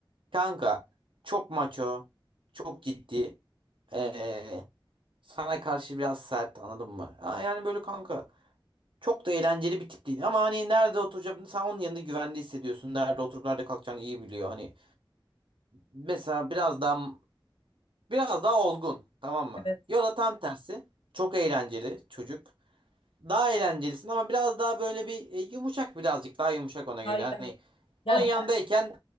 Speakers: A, on the right; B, on the left.
A: kanka çok maço, çok ciddi. ee, sana karşı biraz sert, anladın mı? Ya Yani böyle kanka çok da eğlenceli bir tip değil ama hani nerede oturacağını sen onun yanında güvende hissediyorsun. Nerede oturup nerede kalkacağını iyi biliyor. Hani mesela biraz daha biraz daha olgun tamam mı?
B: Evet.
A: Ya da tam tersi çok eğlenceli çocuk. Daha eğlencelisin ama biraz daha böyle bir e, yumuşak birazcık daha yumuşak ona
B: Hayır,
A: göre. Hani
B: hayır. Ya
A: onun yanındayken
B: ben